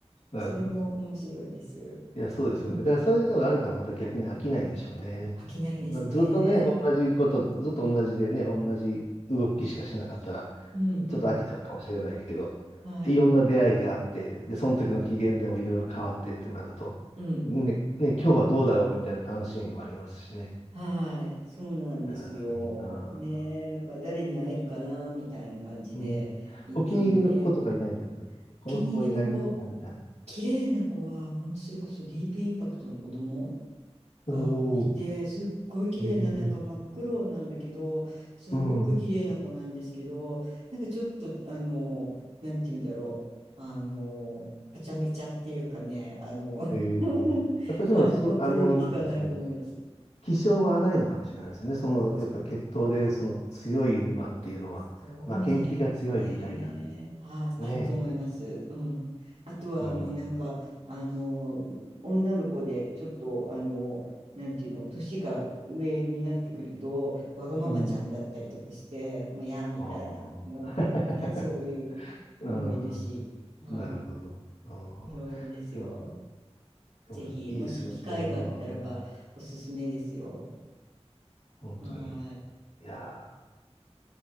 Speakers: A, on the left; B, on the right.
A: なるほど。
B: それも面白いです。
A: いや、そうですよね。
B: うん。
A: だからそういうのがあるからまた逆に飽きないんでしょうね。
B: 飽きないですね。
A: まあずっとね、同じこと、ずっと同じでね、同じ動きしかしなかったら、
B: うん
A: ちょっと飽きちゃうかもしれないけど、
B: うん。
A: いろんな出会いがあって、
B: はい。
A: で、その時の機嫌でもいろいろ変わってってなると、
B: うん。
A: ね、ね、今日はどうだろうみたいな楽しみもありますしね。
B: はい。そうなんですよ。
A: あーいいなあ
B: ねえ、だから誰に会えるかな、みたいな感じで行ってみて。
A: うん。お気に入りの子とかいないんですかこの行為がいいな、
B: お気に入りの子、
A: みたいな。
B: 綺麗な子は、本当それこそディープインパクトの子供
A: おお、
B: がいて、すっごい綺麗な、
A: ええ
B: なんか真っ黒なんだけど、すごく綺麗な子なんですけど、
A: うん。
B: なんかちょっと、あの、なんて言うんだろう、あの、はちゃめちゃっていうかね、あの、
A: ええやっぱでも、
B: <laughs> はい、
A: そう、
B: コントロール効かない子もいます。
A: あの、なんていうんですかね。気性は荒いのかもしれないですね。その、
B: そう
A: やっぱ血統で、その強い馬っていうのは、
B: そうかもしれないですね。
A: 負けん気が強いみたいな。
B: はい、
A: ね
B: あると思います。うん。あとはもうなんか、
A: え。うん。
B: あの、女の子でちょっと、あの、なんていうの、年が上になってくると、わがままちゃんだったりとかして、
A: うん。
B: もうやーみたいな、
A: ああ。
B: なんかね、
A: <laughs>
B: そういう子もいるし、
A: うん。
B: は
A: なるほど。ああ。
B: い、いろいろですよ。
A: でも、でも、
B: ぜひ、
A: いいですね。
B: もし機会があったらば、
A: うん。
B: おすすめですよ。
A: 本当に。
B: はい、
A: いや